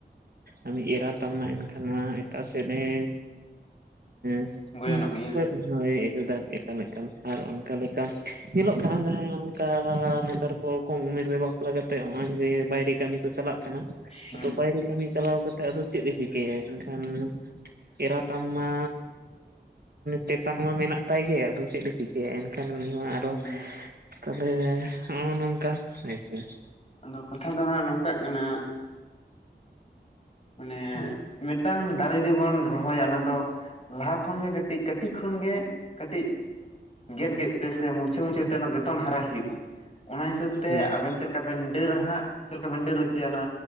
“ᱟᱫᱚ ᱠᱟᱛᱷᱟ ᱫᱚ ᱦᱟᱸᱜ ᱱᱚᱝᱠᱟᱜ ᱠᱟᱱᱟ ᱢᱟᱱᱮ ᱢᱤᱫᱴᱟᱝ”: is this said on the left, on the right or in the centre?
Left